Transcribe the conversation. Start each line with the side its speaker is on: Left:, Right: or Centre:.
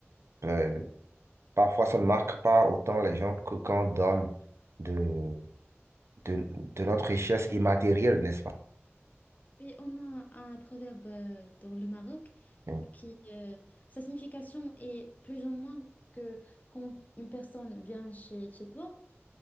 Right: ben, parfois ça ne marque pas autant les gens que quand on donne de, de, de notre richesse immatérielle, n'est-ce pas?
Left: Et on a un proverbe euh, dans le Maroc
Right: Mm.
Left: qui, euh, sa signification est plus ou moins que quand une personne vient chez, chez toi,